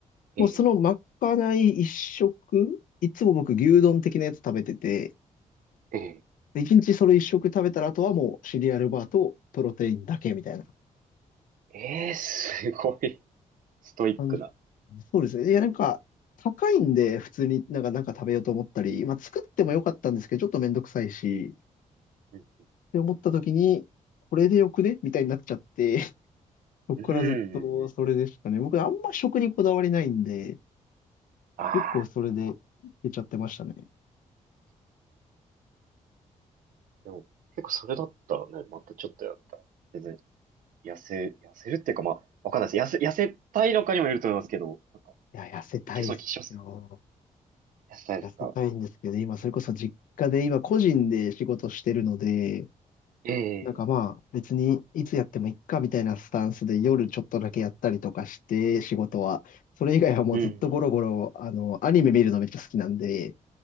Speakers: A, on the left (about 80°); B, on the right (about 85°).
A: もうそのまかない一食、
B: ええ、
A: いつも僕牛丼的なやつ食べてて、
B: え
A: で一日それ一食食べたらあとはもうシリアルバーとプロテインだけみたいな。
B: え、ええすごいストイックな。
A: 感じそうですね。いや、なんか、高いんで、普通になんか、なんか食べようと思ったり、まあ、作ってもよかったんですけど、ちょっとめんどくさいし、
B: うん。
A: って思った時に、これでよくねみたいになっちゃって、<laughs> そこからずっとそれでしたね。
B: うん。
A: 僕、あんま食にこだわりないんで、
B: ああ。
A: 結構それで出ちゃってましたね。
B: でも、結構それだったらね、またちょっとやったら。全然、痩せ、痩せるっていうか、まあ、わかんないです。痩せ、痩せたいのかにもよると思いますけど、なんか、
A: いや、痩せたいっすよ。
B: いけそうな気します。痩せたいですか
A: 痩せたいんですけど、今、それこそ実家で、今、個人で仕事してるので、
B: ええ
A: なんかまあ、別にいつやってもいっかみたいなスタンスで夜ちょっとだけやったりとかして、仕事は。それ以外はもうずっとゴロゴロ、
B: うん。
A: あの、アニメ見るのめっちゃ好きなんで、